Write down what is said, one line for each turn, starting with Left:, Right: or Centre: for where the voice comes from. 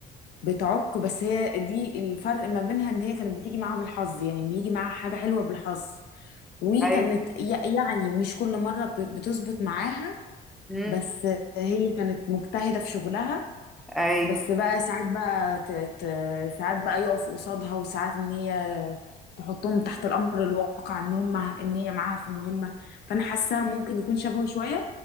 Left: بتعك بس هي دي الفرق ما بينها ان هي كانت بتيجي معاها بالحظ يعني بيجي معاها حاجه حلوه بالحظ وكانت
Centre: ايوه
Left: ي- يعني مش كل مره ب- بتظبط معاها
Centre: امم
Left: بس هي كانت مجتهدة في شغلها
Centre: ايوه
Left: بس بقى ساعات بقى ت... ت... ساعات بقى يقف قصادها وساعات ان هي تحطهم تحت الامر الواقع ان هم ان هي معاها في مهمة فانا حاساها ممكن يكون شبهه شوية